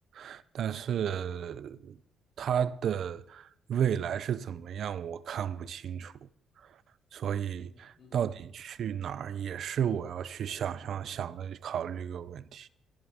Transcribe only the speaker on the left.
嗯嗯嗯哼